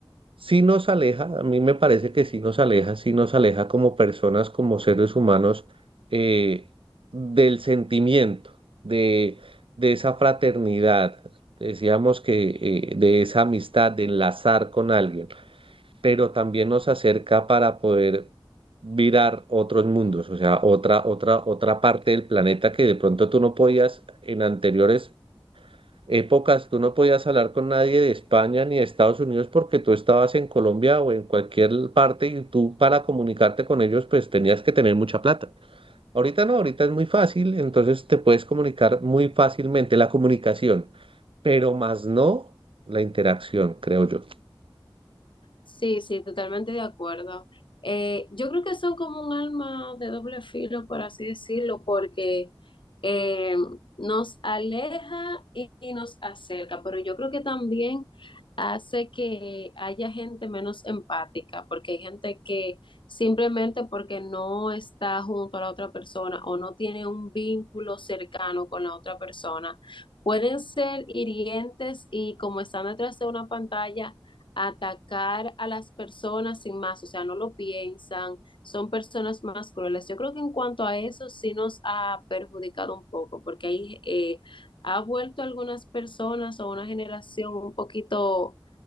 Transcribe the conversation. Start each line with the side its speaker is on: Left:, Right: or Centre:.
Right: sí nos aleja, a mí me parece que sí nos aleja, sí nos aleja como personas, como seres humanos, eh, del sentimiento, de, de esa fraternidad, decíamos que eh, de esa amistad, de enlazar con alguien, pero también nos acerca para poder virar otros mundos, o sea, otra, otra, otra parte del planeta que de pronto tú no podías en anteriores épocas tú no podías hablar con nadie de España ni de Estados Unidos porque tú estabas en Colombia o en cualquier parte y tú para comunicarte con ellos pues tenías que tener mucha plata. Ahorita no, ahorita es muy fácil, entonces te puedes comunicar muy fácilmente la comunicación, pero más no la interacción, creo yo.
Left: Sí, sí, totalmente de acuerdo. Eh, yo creo que son como un alma de doble filo, por así decirlo, porque eh, nos aleja y, y nos acerca, pero yo creo que también hace que haya gente menos empática, porque hay gente que simplemente porque no está junto a la otra persona o no tiene un vínculo cercano con la otra persona, pueden ser hirientes y como están detrás de una pantalla atacar a las personas sin más, o sea, no lo piensan, son personas más crueles. Yo creo que en cuanto a eso sí nos ha perjudicado un poco, porque ahí eh, ha vuelto algunas personas o una generación un poquito